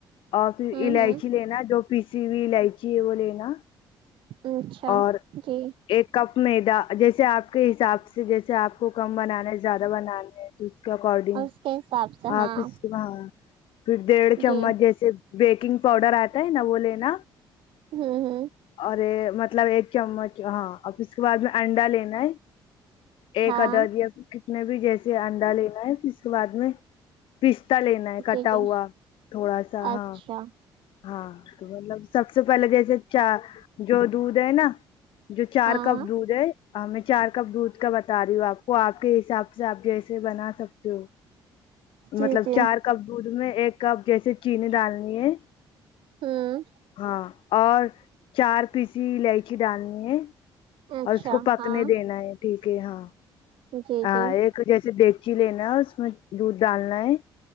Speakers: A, on the left; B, on the right.
A: اور پھر
B: ہوں
A: الائچی
B: ہوں
A: لینا جو پیسی ہوئی الائچی ہے وہ لینا
B: اچھا
A: اور
B: جی
A: ایک کپ میدا جیسے آپ کے حساب سے جیسے آپ کو کم بنانا ہے زیادہ بنانا ہے اس کے اکارڈنگ
B: اور اس کے حساب سے ہاں
A: آپ اساں پھر ڈیڑھ چمچ
B: جی
A: جیسے بیکنگ پاؤڈر آتا ہے نا وہ لینا
B: ہوں ہوں
A: اور مطلب ایک چمچ ہاں اور پھر اس کے بعد میں انڈا لینا ہے ایک
B: ہاں
A: ادد یا پھر کتنے بھی جیسے انڈا لینا ہے پھر اس کے بعد میں پستا لینا ہے کٹا
B: جی جی
A: ہوا تھوڑا سا
B: اچھا
A: ہاں ہاں تو مطلب سب سے پہلے جیسے چ جو دودھ ہے نا جو چار
B: ہاں
A: کپ دودھ ہے میں چار کپ دودھ کا بتا رہی ہوں آپ کو آپ کے حساب سے آپ جیسے بنا سک
B: جی
A: مطلب
B: جی
A: چار کپ دودھ میں ایک کپ جیسے چینی ڈالنی ہے
B: ہوں
A: ہاں اور چار پیسی الائچی ڈالنی ہے
B: اچھا
A: اور اس کو پکنے
B: ہاں
A: دینا ہے ٹھیک ہے ہاں
B: جی
A: ہاں
B: جی
A: ایک جیسے ڈیکچی لینا ہے اس میں دودھ ڈالنا ہے